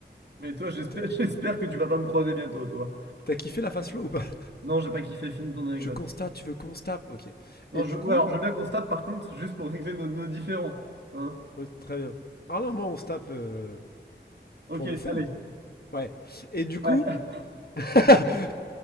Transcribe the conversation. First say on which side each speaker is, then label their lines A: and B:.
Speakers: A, on the right; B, on the left.
A: Mais toi, j'espère,
B: T'as-
A: <laughs> j'espère que tu vas pas me croiser bientôt, toi.
B: T'as kiffé la face flow ou pas <laughs>
A: Non, j'ai pas kiffé, fini ton anecdote.
B: Je constate, tu veux constape Ok.
A: Non,
B: Et
A: je,
B: du
A: ouais,
B: coup.
A: alors je veux bien qu'on se tape, par contre, juste pour régler nos, nos différends. Hein?
B: oh, très bien. Ah non, moi, on se tape euh,
A: Ok,
B: pour le fun.
A: allez.
B: Ouais. Et du coup.
A: Ouais.
B: <laughs>